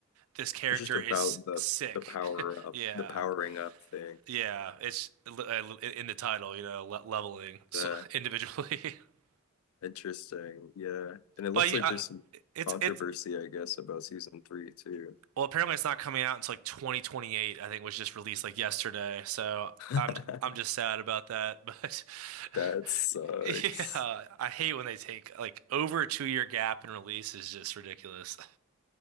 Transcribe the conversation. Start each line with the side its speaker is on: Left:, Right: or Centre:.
Right: this character
Left: It's just about
Right: is
Left: the
Right: sick.
Left: the power
Right: <laughs>
Left: up,
Right: Yeah,
Left: the powering up thing.
Right: Yeah, it's uh, in the title, you know, le leveling so
Left: The
Right: <laughs> individually. <laughs>
Left: interesting, yeah. And it looks
Right: But you,
Left: like
Right: I,
Left: there's some
Right: it's
Left: controversy,
Right: it's
Left: I guess, about season three too.
Right: well, apparently it's not coming out until like 2028, I think was just released like yesterday. So
Left: <laughs>
Right: I'm I'm just sad about that, <laughs> but
Left: That sucks.
Right: <laughs> yeah, I hate when they take like over a two year gap in release is just ridiculous. <laughs>